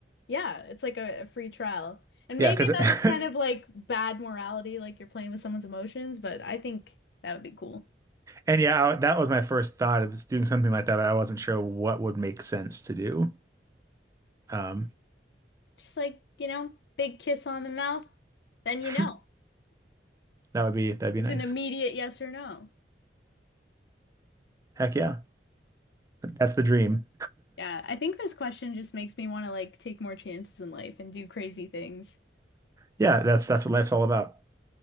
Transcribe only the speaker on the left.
Yeah, it's like a, a free trial. And
maybe
that's kind
of like bad morality, like you're playing with someone's emotions, but I think that would be cool.
Just like, you know, big kiss on the mouth, then
you know.
It's
an immediate yes or no.
Yeah, I think this question just makes me want to like take more chances in life and do crazy things.